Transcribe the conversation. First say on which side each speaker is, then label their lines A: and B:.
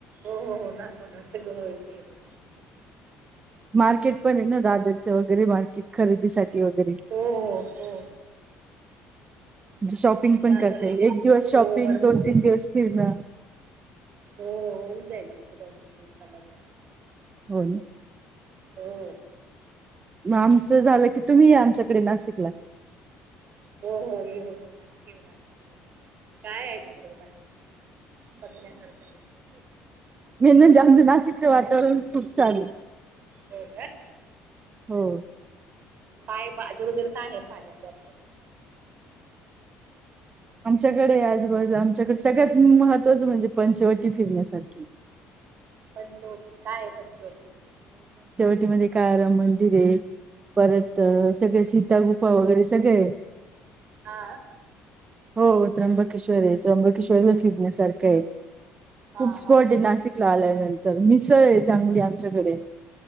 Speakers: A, on the right (about 55°); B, on the right (about 30°).
A: हो हो होणार होणार सगळं होईल फिरुन
B: मार्केट पण ना दाद्याच वगैरे मार खरेदीसाठी वगैरे.
A: हो हो हो
B: म्हणजे शॉपिंग पण
A: दादरला
B: करताय एक दिवस
A: हो
B: शॉपिंग
A: भरपूर
B: दोन तीन दिवस फिरणं
A: हो होऊन जाईल तुमचं दोन तीन दिवसामध्ये
B: हो ना
A: हो
B: मग आमचं झालं की तुम्ही आमच्याकडे नाशिकलात
A: हो हो ये हो हो नक्की हो नाशिकला काय आहे तुमच्याकडे माशीला बघण्यासारखा
B: मीनज आच नाशिकच वातावरण खूप चाल
A: हो का!
B: हो!
A: पाय बाजूजूर काय आहे पाण्यासारखं
B: आमच्याकडे आजबाजू आमच्याकडे सगळ्यात महत्त्वाचं म्हणजे पंचवटी फिरण्यासारखी <inaudible>
A: पंचवटी काय आहे पंचवटी म्हणजे?
B: म कायराम मंदिर आहे परत सगळे सीतागु्फा वगैरे सगळे आहे.
A: हा
B: हो त्र्यंबकेश्वर आहे त्र्यंबकेश्वरला फिरण्यासारखे आहेत.
A: हां
B: खूप स्पॉट
A: हां
B: आहे नाशिकला आल्यानंतर मिसळ आहे चांगली आमच्याकडे